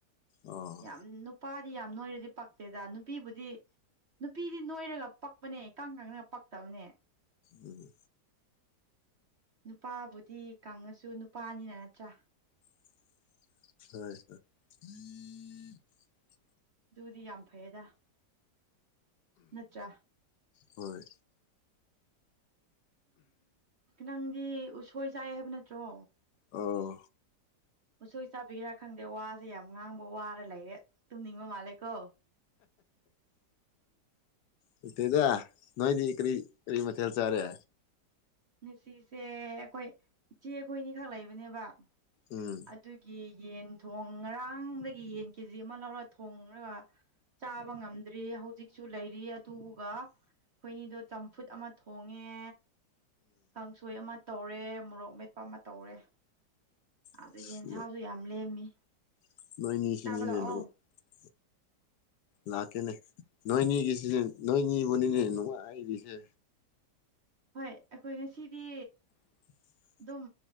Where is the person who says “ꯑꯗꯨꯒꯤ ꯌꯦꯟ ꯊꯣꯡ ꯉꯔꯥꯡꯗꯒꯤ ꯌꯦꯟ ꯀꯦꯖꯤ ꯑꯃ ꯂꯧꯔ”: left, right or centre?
Right